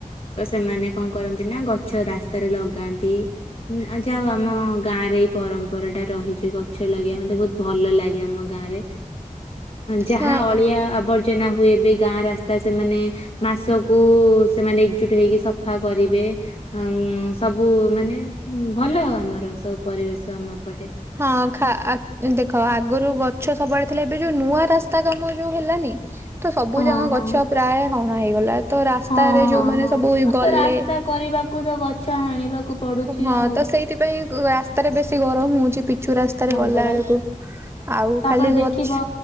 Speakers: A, on the left (about 45°); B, on the right (about 20°).
A: ତ ସେମାନେ କଣ କରନ୍ତି ନା, ଗଛ ରାସ୍ତା ତରେ ଲଗାନ୍ତି ଆ ଯାାଉ ଆମ ଗାଁ ରେ ଏଇ ପରମ୍ପରା ଟା ରହିଛି ଗଛ ଲଗେଇବା ମତେ ବହୁତ ଭଲ ଲାଗେ ଆମ ଗାଁ ରେ ଯାହା
B: ହଁ
A: ଅଳିଆ ଆବର୍ ସଚନା ହୁଏ ଏ ବି ଗାଁ ରାସ୍ତା ସେମାନେ ମାସକୁ ସେମାନେ ଏକଜୁଟ ହେଇକି ସଫା କରିବେ ମ୍ ସବୁ ମାନେ ଭଲ ଆମର ସବୁ ପରିବେଶ ଆମଏପଟେ
B: ହଁ ଖା ଦେଖ ଆଗରୁ ଗଛ ସବୁଆଡେ ଥିଲା ଏବେ ଯୋଉ ନୂଆ ରାସ୍ତା କାମ ଯୋଉ ହେଲାନି। ତ ସବୁ
A: ହଁ
B: ଯାକ
A: ହଁ
B: ଗଛ ପ୍ରାୟ ହଣା ହେଇଗଲା ତ ରାସ୍ତାରେ
A: ହଁ ହଁ
B: ଯୋଉମାନୋନ
A: ହଁ
B: ସବୁ
A: ଆଉ
B: ଗଲେ
A: ତ ରାସ୍ତା କରିବାକୁ ତ ଗଛ ହାଣିବାକୁ ପଡୁଛି
B: ହଁ
A: ଆଉ
B: ତ ସେଇଥିପାଇଁ ରାସ୍ତାରେ ବେଶୀ ଗରମ ହଉଛି। ପିଚୁ ରାସ୍ତାରେ
A: ହଁ
B: ଗଲା
A: ପରା
B: ବେଳକୁ। ଆଉ
A: ତାପରେ
B: ଖାଲି
A: ଦେଖିବ
B: ଗଛ